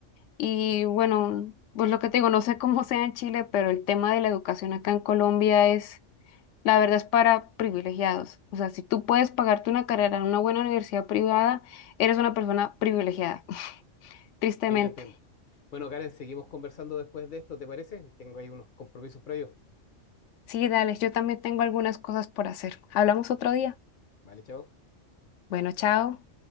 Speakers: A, on the left (about 75°); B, on the left (about 50°).
A: Y bueno, pues lo que te digo, no sé cómo sea en Chile, pero el tema de la educación acá en Colombia es, la verdad es para privilegiados. O sea, si tú puedes pagarte una carrera en una buena universidad privada, eres una persona privilegiada, <laughs> tristemente.
B: Sí, te entiendo. Bueno, Karen, seguimos conversando después de esto, ¿te parece? Tengo ahí unos compromisos previos.
A: Sí, dale, yo también tengo algunas cosas por hacer. Hablamos otro día.
B: Vale, chao.
A: Bueno, chao.